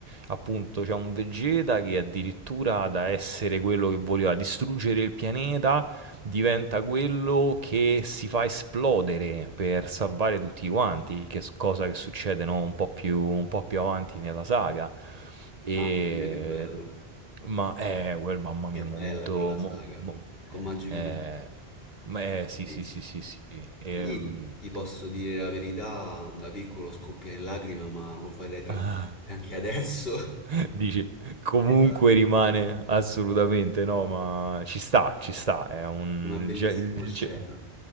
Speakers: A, on the right; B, on the left.
A: appunto c'è un Vegeta che addirittura da essere quello che voleva distruggere il pianeta diventa quello che si fa esplodere per salvare tutti quanti, che s- cosa che succede no? un po' più, un po' più avanti nella saga. E...
B: Mamma mia, che bello.
A: Ma eh, quel mamma
B: Che
A: mia,
B: bella
A: momento...
B: quella saga
A: mo- mo-
B: con
A: eh,
B: Majin
A: eh,
B: Buu,
A: ma- eh,
B: bellissima.
A: sì, sì, sì, sì, sì. Ehm,
B: Lì ti posso dire la verità, da piccolo scoppia in lacrime, ma lo farei tranquillamente
A: ah,
B: anche adesso. <laughs>
A: <laughs> Dici, comunque
B: Esatto,
A: rimane assolutamente no, ma ci sta, ci sta. È un...
B: una bellissima
A: il ge- il
B: scena.
A: ge-